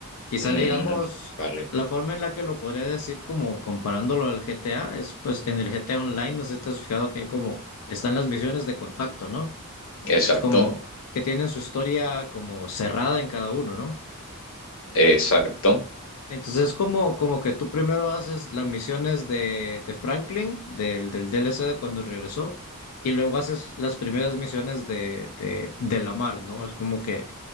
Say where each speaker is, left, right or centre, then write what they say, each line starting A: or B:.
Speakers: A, on the left; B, on the left.
A: Quizá
B: Mm,
A: digamos,
B: vale,
A: la forma en la que lo podría decir como comparándolo al GTA es pues en el GTA Online, no sé si te has fijado que hay como están las misiones de contacto, ¿no?
B: exacto,
A: Es como que tienen su historia como cerrada en cada uno, ¿no?
B: exacto,
A: Entonces es como, como que tú primero haces las misiones de, de Franklin, del, del DLC de cuando regresó, y luego haces las primeras misiones de, de, de Lamar, ¿no? Es como que